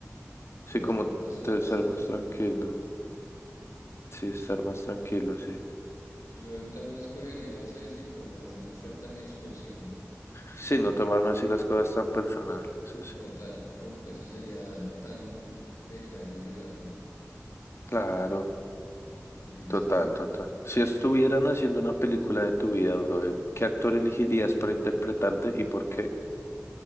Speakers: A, on the left; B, on the left.
A: Sí,
B: Uy,
A: como
B: a mí me pasa el
A: te-
B: resto
A: ser
B: de
A: más
B: eso.
A: tranquilo. Sí, estar más tranquilo, sí.
B: Yo también escogería eso y sí, como a veces no ser tan explosivo.
A: Sí, no tomarme así las cosas tan personales, eso sí.
B: Total, uf, eso sería tan de gran ayuda, güey.
A: Claro.
B: Listo.
A: Total, total. Si estuvieran haciendo una película de tu vida, brother, ¿qué actor elegirías para interpretarte y por qué?